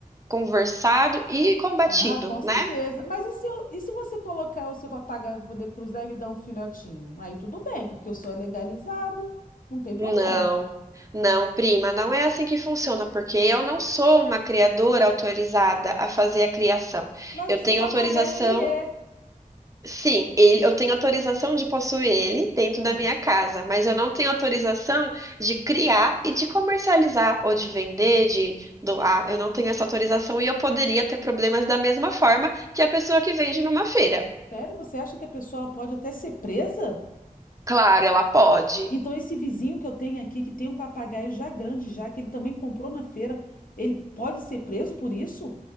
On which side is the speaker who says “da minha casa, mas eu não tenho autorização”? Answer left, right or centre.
Right